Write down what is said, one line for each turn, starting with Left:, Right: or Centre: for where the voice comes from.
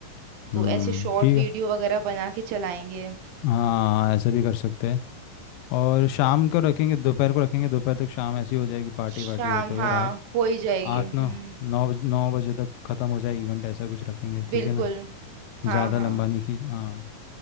Left: हम्म
Right: तो ऐसे शॉर्ट
Left: ठीक
Right: वीडियो
Left: है
Right: वगैरह बना के चलाएंगे
Left: हाँ ऐसे भी कर सकते हैं और शाम को रखेंगे दोपहर को रखेंगे दोपहर तक शाम ऐसी हो जाएगी पार्टी
Right: शाम
Left: वार्टी होते
Right: हाँ
Left: हुए रात
Right: हो ही जाएगी
Left: आठ
Right: हम्म
Left: नौ नौ बज- नौ बजे तक ख़त्म हो जाए इवेंट ऐसा कुछ रखेंगे ठीक
Right: बिल्कुल
Left: है ना
Right: हाँ
Left: ज़्यादा
Right: हाँ
Left: लंबा नहीं खींच हाँ